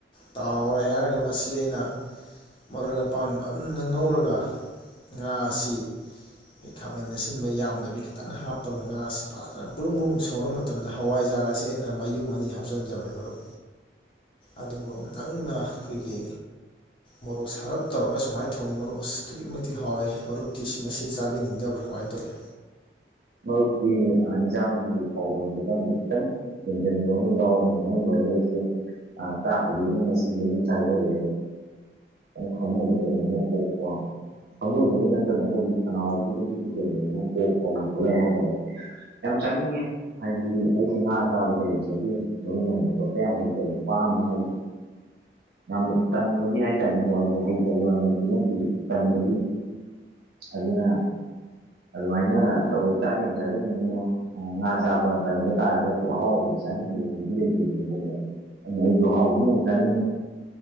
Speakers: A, on the left (about 30°); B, on the right (about 60°).
A: ꯇꯥꯎꯔꯦ ꯍꯥꯏꯔꯒ ꯃꯁꯤ ꯑꯩꯅ ꯃꯔꯣꯏ ꯃꯄꯥꯡ ꯅꯝꯅ ꯉꯧꯔꯒ ꯉꯥ ꯑꯁꯤ ꯑꯩꯣꯏ ꯈꯥꯃꯦꯟ ꯑꯁꯤꯟꯕ ꯌꯥꯝꯗꯕꯤ ꯈꯤꯇꯪ ꯍꯥꯞꯄꯒ ꯉꯥꯁꯤ ꯐꯖꯅ ꯕ꯭ꯔꯨꯝ ꯕ꯭ꯔꯨꯝ ꯁꯧꯔ ꯃꯇꯝꯗ ꯍꯋꯥꯏꯖꯥꯔꯁꯤ ꯑꯁꯤ ꯑꯩꯅ ꯃꯌꯨꯝ ꯑꯅꯤ ꯍꯥꯞꯆꯤꯟꯖꯕꯅꯦ ꯃꯔꯨꯞ
B: <unintelligible>
A: ꯑꯗꯨꯒ ꯅꯪꯅ ꯑꯩꯈꯣꯏꯒꯤ ꯃꯣꯔꯣꯛ ꯁꯥꯔꯞ ꯇꯧꯔꯒ ꯁꯨꯃꯥꯏꯅ ꯊꯣꯡꯉꯤ ꯃꯔꯣꯛ ꯑꯁꯨꯛꯀꯤ ꯃꯇꯤꯛ ꯍꯥꯎꯋꯦ ꯃꯔꯨꯞꯤ ꯁꯤ ꯃꯁꯤ ꯆꯥꯕꯤꯅꯤꯡꯗꯕ꯭ꯔꯥ ꯀꯃꯥꯏꯅ ꯇꯧꯏꯤ
B: ꯃꯔꯨꯞꯀꯤ ꯏꯟꯁꯥꯡꯒꯤ ꯄꯥꯎꯗꯝ ꯈꯨꯇꯝꯗꯣ ꯈꯤꯇꯡ ꯍꯦꯟꯁꯤꯟꯕ ꯑꯃ ꯌꯥꯎꯕ <unintelligible> ꯑꯩꯁꯦ ꯇꯥꯛꯄꯗꯤ ꯑꯗꯨꯝ ꯉꯁꯤꯁꯦ ꯑꯗꯨꯝ ꯆꯥꯖꯔꯦ ꯊꯃꯣꯏꯗ ꯀꯩꯅꯣꯝꯃ ꯄꯣꯛꯄ ꯊꯃꯣꯏꯕꯗꯒꯤꯩ ꯅꯠꯇꯅ ꯑꯩꯈꯣꯏꯒꯤ ꯈꯅꯥꯎꯁꯤꯗꯒꯤꯁꯨ ꯀꯩꯅꯣ ꯑꯃ ꯄꯣꯛꯄꯅ ꯊꯣꯛꯣꯠꯂꯛꯦ ꯍꯥꯏꯇꯥꯔꯦ ꯌꯥꯝ ꯆꯥꯅꯤꯡꯉꯦ ꯍꯥꯏꯗꯤ ꯑꯩꯁ ꯉꯥ ꯆꯥꯕꯗꯤ ꯍꯩꯖꯗꯦ ꯃꯔꯨ ꯑꯣꯏꯅꯕ ꯈꯣꯠꯄ ꯌꯥꯝ ꯍꯩꯇꯕꯅꯤ ꯃꯥ ꯍꯥꯏꯕꯤ ꯌꯥꯝꯅ ꯇꯟꯕꯒꯤ ꯍꯥꯏꯇꯥꯔꯦꯅꯦꯀꯣ ꯑꯩꯁꯦ ꯍꯩꯇꯕꯅꯛꯇ ꯅꯠꯇꯦ ꯇꯟꯕꯒꯤ ꯑꯗꯨꯅ ꯑꯗꯨꯃꯥꯏꯅ ꯇꯧꯋꯦ ꯆꯥꯗ ꯌꯥꯝ ꯆꯥꯖꯟꯅꯤꯡꯉꯦ ꯉꯥ ꯆꯥꯕ ꯇꯟꯕ ꯇꯥꯔꯒꯁꯨ ꯑꯍꯥꯎꯕꯗꯤ ꯆꯥꯅꯤꯡꯗꯕ ꯃꯤꯗꯤ ꯂꯩꯇꯦꯕ ꯨꯍꯥ ꯑꯣꯗꯤ ꯍꯅ ꯀꯅꯤ